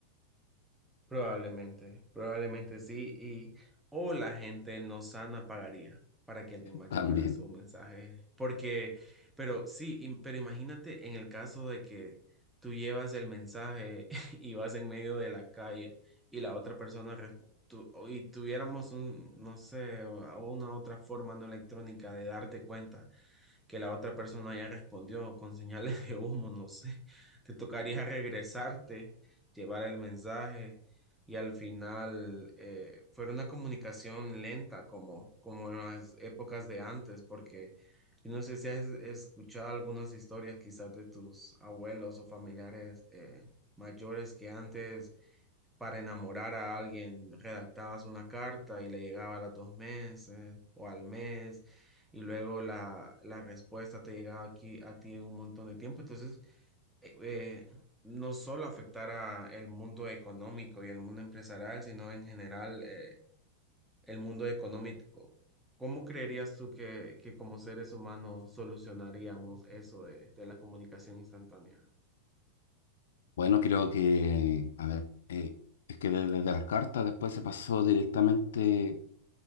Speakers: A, in the centre; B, on the left.
A: Probablemente, probablemente sí, y o la gente no sana pagaría para que alguien más
B: también.
A: llevara su mensaje, porque, pero sí, im- pero imagínate en el caso de que tú llevas el mensaje <laughs> y vas en medio de la calle y la otra persona resp- tú- o- y tuviéramos un, no sé, o- una otra forma no electrónica de darte cuenta que la otra persona ya respondió con señales de humo, no sé. <laughs> Te tocaría regresarte, llevar el mensaje y al final eh, fue una comunicación lenta como, como en las épocas de antes, porque yo no sé si has escuchado algunas historias quizás de tus abuelos o familiares eh, mayores que antes para enamorar a alguien, redactabas una carta y le llegaba a los dos meses o al mes, y luego la, la respuesta te llegaba aquí a ti en un montón de tiempo. Entonces, eh, eh, no solo afectara el mundo económico y el mundo empresarial, sino en general eh, el mundo económico. ¿Cómo creerías tú que, que como seres humanos solucionaríamos eso de, de la comunicación instantánea?
B: Bueno, creo que, a ver, eh, es que desde, desde las cartas después se pasó directamente